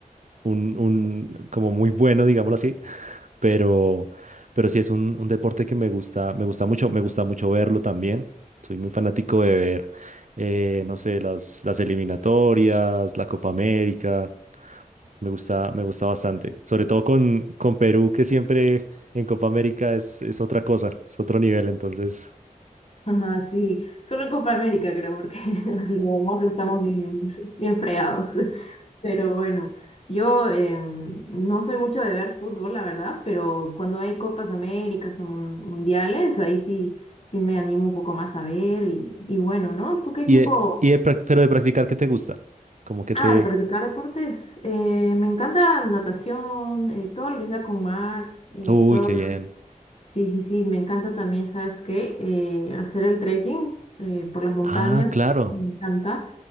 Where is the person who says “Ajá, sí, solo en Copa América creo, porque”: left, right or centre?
Left